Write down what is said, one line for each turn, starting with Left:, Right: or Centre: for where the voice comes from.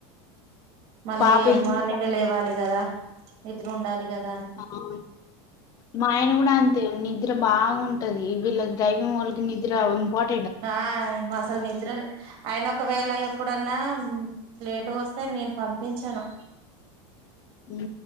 Right: మళ్ళీ
Left: పాప ఏం
Right: మార్నింగే
Left: చేస్తాంది
Right: లేవాలి కదా నిద్ర ఉండాలి కద్
Left: ఆ మా ఆయన కూడా అంతే నిద్ర బాగుంటది వీళ్ళ డ్రైవింగ్ వాళ్ళకి నిద్ర ఇంపోర్ట్
Right: ఆ అసలు నిద్ర ఆయన ఒకవేళ ఎప్పుడన్నా లేటుగోస్తే నేను పంపి పంపించను
Left: ఉ